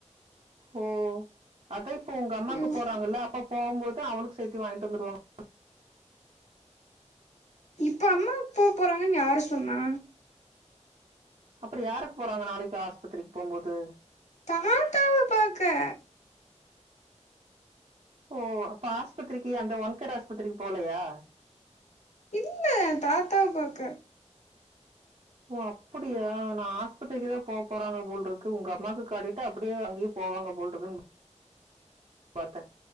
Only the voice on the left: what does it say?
ம்
இப்ப அம்மா போ போறாங்கன் யாரு சொன்னா
தாத்தாவ பாக்க
இல்ல தாத்தாவ பாக்க